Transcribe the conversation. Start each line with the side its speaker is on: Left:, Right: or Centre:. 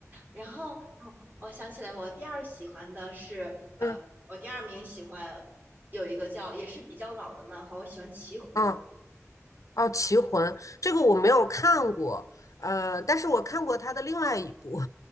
Right: 然后，嗯我想起来，我第二喜欢的是
Left: 嗯
Right: 我第二名喜欢有一个叫也是比较老的漫画，我喜欢《棋魂》
Left: 嗯，哦，哦《棋魂》这个我没有看过，呃，但是我看过他的另外一部，